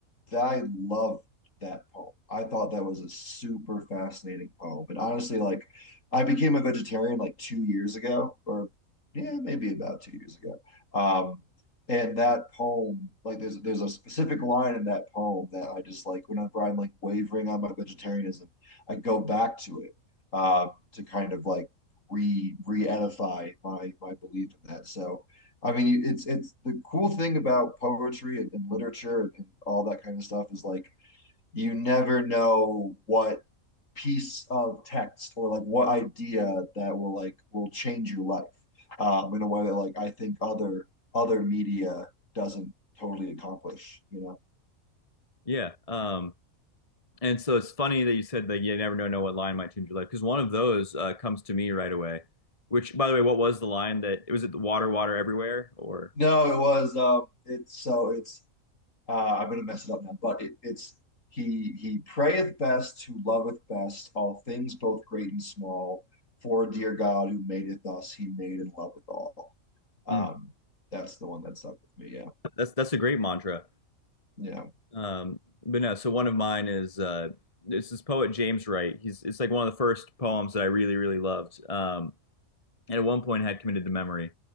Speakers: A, on the left; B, on the left.
A: I love that poem. I thought that was a super fascinating poem. And honestly, like I became a vegetarian like two years ago, or yeah, maybe about two years ago. Um, and that poem, like there's there's a specific line in that poem that I just like whenever I'm like wavering on my vegetarianism, I go back to it uh, to kind of like re re-edify my my belief in that. So I mean, it's it's the cool thing about poetry and, and literature and, and all that kind of stuff is like you never know what piece of text or like what idea that will like will change your life um, in a way that like I think other other media doesn't totally accomplish, you know.
B: yeah, um, and so it's funny that you said that you never know know what line might change your life because one of those uh, comes to me right away. Which, by the way, what was the line that was it? The water, water everywhere, or
A: No, it was um it's so it's Uh, I'm going to mess it up now, but it, it's he he prayeth best who loveth best all things both great and small. For dear God who madeth us, he made and loveth all. Um,
B: mm.
A: that's the one that stuck with me. Yeah,
B: That's that's a great mantra.
A: yeah.
B: Um, but no, so one of mine is uh, this is poet James Wright. He's it's like one of the first poems that I really really loved. Um, and at one point I had committed to memory.